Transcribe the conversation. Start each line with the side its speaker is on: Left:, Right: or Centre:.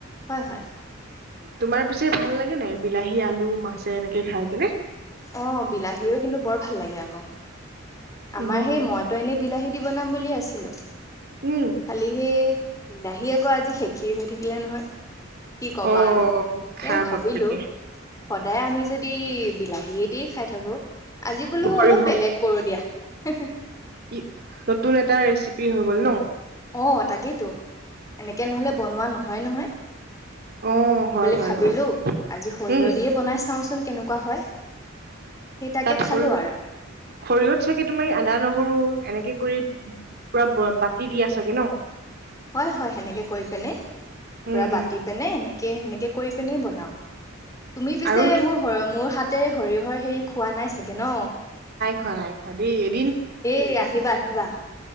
Left: হয় হয়,
Right: তোমাৰ পি চাই ভাল লাগে নাই? সি আলু মাছে এনেকে খাই কেনে
Left: অ বিলাহীও কিন্তু বৰ ভাল লাগে আকৌ। আমাৰ
Right: উম
Left: সেই মইতো এনেই বিলাহীত বনাম বুলি আছিলো।
Right: উম,
Left: খালি সে বিলাহী আকৌ আজি শেষ এ হৈ থাকিলে নহয়। কি ক'বা
Right: অ
Left: আৰু তাকে
Right: খা
Left: ভাবিলো
Right: বাপেকে।
Left: সদায় আমি যদি বিলাহীয়েদি খাই থাকো আজি বোলো
Right: সৰিয়হ
Left: অলপ বেলেগ কৰোঁ দিয়া। <unintelligible>
Right: ই নতুন এটা ৰেচিপি হৈ গ'ল ন।
Left: অ তাকেইতো এনেকে নহলে বনোৱা নহয় নহয়। সেই
Right: অ হয়
Left: বুলি
Right: হয়
Left: ভাবিলো
Right: হয়
Left: আজি সৰিয়হ
Right: উম
Left: দিয়ে বনাই চাওচোন। কেনেকুৱা হয়। সেই তাকে
Right: তাত
Left: খালো
Right: সৰিয় সৰিয়ত
Left: আৰু
Right: চাগে তুমি আন্দা, নহৰু এনেকে কৰি পুৰা বাতি দিয়া চাগে ন?
Left: হয় হয় সেনেকে কৰি পেনে পুৰা
Right: উম
Left: বাতি
Right: উম
Left: পেনে এনেক- কে সেনেকে কৰি পেনে বনাওঁ। তুমি পিছে
Right: আৰু তো
Left: মোৰ হৰ মোৰ হাত তে সৰিয়হৰ হেৰি খোৱা নাই চাগে। কে ন।
Right: খৰাই খোৱা দেইত।
Left: এ আহিবা আহিবা